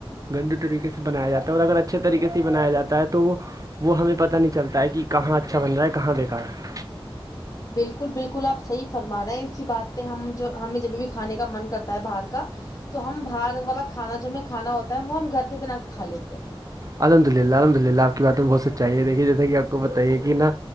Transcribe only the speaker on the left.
بالکل بالکل آپ صحیح فرما رہے ہیں اسی بات پہ ہم ہمیں جبھی بھی کھانے کا من کرتا ہے باہر کا تو ہم باہر والا کھانا جو ہمیں کھانا ہوتا ہے وہ ہم گھر پہ بنا کے کھا لیتے ہیں